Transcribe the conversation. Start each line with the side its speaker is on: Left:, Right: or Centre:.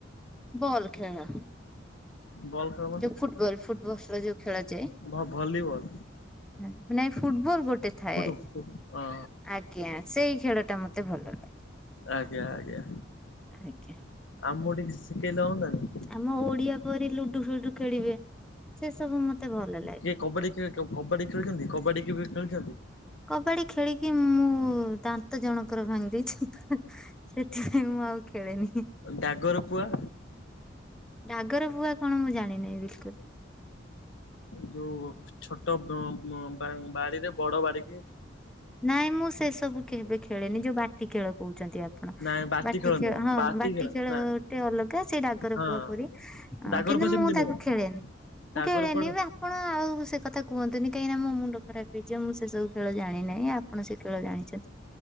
Centre: ବଲ ଖେଳ।
Left: ବଲ୍। ଖେଳ ମାନେ
Centre: ଯୋଉ ଫୁଟବଲ ଫୁଟବଲ ଯୋଉ ଖେଳାଯାଏ।
Left: ଭ ଭଲିବଲ
Centre: ନାଇଁ ଫୁଟବଲ ଗୋଟେ ଥାଏ
Left: ଫୁଟୁ ଫୁ ହଁ
Centre: ଆ ଜ୍ଞା ସେଇ ଖେଳଟା ମତେ ଭଲ ଲାଗେ।
Left: ଆଜ୍ଞା ଆଜ୍ଞା
Centre: ଆଜ୍ଞା
Left: ଆମକୁ ଟିକେ ଶିଖେଇଲେ ହନ୍ତାନି।
Centre: ଆମ ଓଡିଆ ପରି ଲୁଡୁ ଫୁଡୁ ଖେଳିବେ ସେ ସବୁ ମତେ ଭଲ ଲାଗ
Left: କିଏ କବାଡି ଖେଳେ କବାଡି ଖେଳିଛନ୍ତି କବାଡି କେବେ ଖେଳିଛନ୍ତି?
Centre: କବାଡି ଖେଳିକି ମୁଁ ଦାନ୍ତ ଜଣଙ୍କର ଭାଙ୍ଗି ଦେଇଛି। ସେଥିପାଇଁ ମୁଁ ଆଉ ଖେଳେନି। ହି
Left: ଗାଗର ପୁଆ?
Centre: ଗାଗରପୁଆ କଣ ମୁଁ ଜାଣିନାଇଁ ବିଲକୁଲ।
Left: ଯୋଉ ଛୋଟ ବୁଁ ବୁଁ ବାଡିରେ ବଡ ବାଡି କି?
Centre: ନାଇଁ ମୁଁ ସେ ସବୁ କେବେ ଖେଳିନି ଯୋଉ ବାଟି ଖେଳ କହୁଛନ୍ତି ଆପ
Left: ନାଇଁ
Centre: ବାଟି ଖେଳ
Left: ନୁହଁ
Centre: ହଁ ବାଟି
Left: ଖେଳ
Centre: ଖେଳଟେ
Left: ନା
Centre: ଅଲଗା ସେ ଡାଗର
Left: ହଁ
Centre: ପୁଆ ପରି। ହଁ
Left: ଡାଗର
Centre: କିନ୍ତୁ
Left: ପୁଅ ସେମିତି
Centre: ମୁଁ ତାକୁ
Left: ନୁହଁ
Centre: ଖେଳେନି
Left: ଡାଗର
Centre: ମୁଁ ଖେଳେନି
Left: ପୁଅ
Centre: ବା ଆପଣ ଆଉ ସେ କଥା କୁହନ୍ତୁନି କାହିଁକିନା ମୋ ମୁଣ୍ଡ ଖରାପ ହେଇଯିବ ମୁଁ ସେସବୁ ଖେଳ ଜାଣିନାଇଁ ଆ ଆପଣ ସେ ଖେଳ ଜାଣିଛନ୍ତି